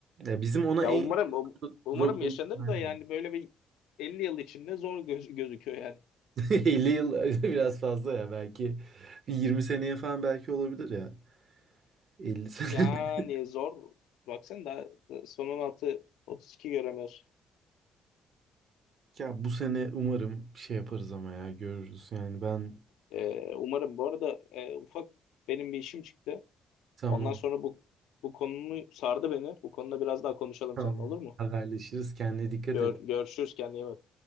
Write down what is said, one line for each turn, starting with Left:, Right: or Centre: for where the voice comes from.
Right: Ya bizim ona
Left: Ya
Right: en
Left: umarım um- umarım
Right: Drogba
Left: yaşanır da
Right: <laughs>
Left: yani böyle bir 50 yıl içinde zor göz, gözüküyor yani.
Right: 50 yıl <laughs> biraz fazla ya belki bir 20 seneye falan belki olabilir ya. 50 sene.
Left: Yani
Right: <laughs>
Left: zor. Baksana daha son 16 32 göremiyoruz.
Right: Ya bu sene umarım şey yaparız ama ya görürüz yani ben
Left: Ee, umarım. Bu arada e, ufak benim bir işim çıktı.
Right: tamam.
Left: Ondan sonra bu bu konumu sardı beni. Bu konuda biraz daha konuşalım
Right: Tamam.
Left: seninle olur mu?
Right: Haberleşiriz. Kendine dikkat
Left: Gör,
Right: et.
Left: görüşürüz kendine iyi bak.